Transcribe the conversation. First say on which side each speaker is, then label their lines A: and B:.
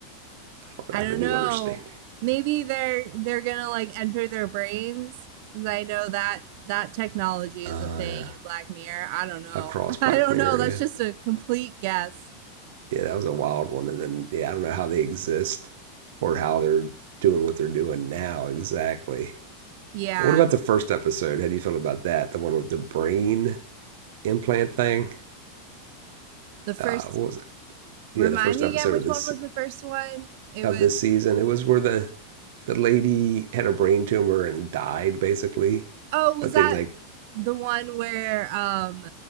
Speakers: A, on the right (about 60°); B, on the right (about 45°).
A: I don't know.
B: I
A: I have
B: don't
A: a new
B: know.
A: understanding.
B: Maybe they're they're gonna like enter their brains. 'Cause I know that that technology is
A: Uh,
B: a thing
A: yeah,
B: in Black Mirror. I don't know.
A: across
B: <laughs>
A: Black
B: I don't
A: Mirror.
B: know. That's just a complete guess.
A: Yeah, yeah, that was a wild one. And then yeah, I don't know how they exist or how they're doing what they're doing now exactly.
B: Yeah.
A: But what about the first episode? How do you feel about that? The one with the brain implant thing.
B: The first
A: Uh, what was it? Yeah,
B: remind
A: the first
B: me
A: episode
B: again which
A: of this
B: one was the first one? It
A: of
B: was
A: this season. It was where the the lady had a brain tumor and died basically
B: Oh, was
A: but
B: that
A: they like.
B: the one where um